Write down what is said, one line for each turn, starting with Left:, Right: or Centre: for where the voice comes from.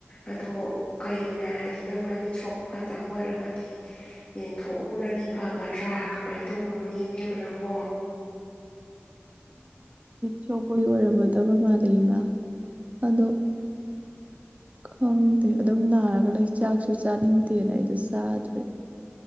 Left: ꯑꯗꯣ ꯀꯩ ꯑꯣꯏꯅ ꯍꯥꯏꯗꯤ ꯅꯪꯅ ꯃꯤꯠ ꯁꯣꯛꯄ ꯈꯇꯪ ꯑꯣꯏꯔꯒꯗꯤ ꯌꯦꯡꯊꯣꯛꯎꯕꯅꯗꯤ ꯐꯒꯗ꯭ꯔꯥ ꯀꯃꯥꯏꯅ ꯇꯧꯕꯅꯣꯅꯦ ꯏꯕꯦꯝꯃ ꯅꯪꯕꯣ
Right: ꯁ ꯀꯣꯏ ꯑꯣꯏꯔꯝꯒꯗꯕ ꯃꯥꯜꯂꯤ ꯃꯥ ꯑꯗꯣ ꯈꯪꯗꯦ ꯑꯗꯨꯝ ꯅꯥꯔꯒ ꯂꯩ ꯆꯥꯛꯁꯨ ꯆꯥꯅꯤꯡꯗꯦꯅ ꯑꯩꯁꯨ ꯆꯥꯗ꯭ꯔꯦ